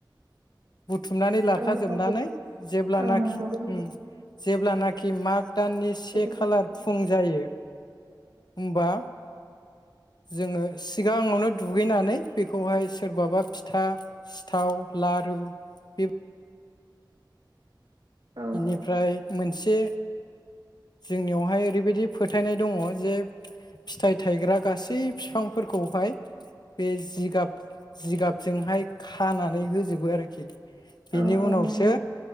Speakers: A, on the left; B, on the right.
A: बुथुमनानै लाखाजोबनानै
B: औ औ
A: जेब्लानाखि
B: औ नंगौ औ औ
A: उम जेब्लानाखि माग दाननि से
B: औ
A: खालार फुं जायो होम्बा जोङो सिगाङावनो दुगैनानै बेखौहाय सोरबाबा फिथा सिथाव लारु बे
B: औ
A: निफ्राय मोनसे जोंनियावहाय ओरैबायदि फोथायनाय दङ जे फिथाइ थायग्रा गासै बिफांफोरखौहाय बे जिगाब जिगाबजोंहाय खानानै होजोबो आरोखि बेनि
B: औ
A: उनावसो
B: औ नंगौ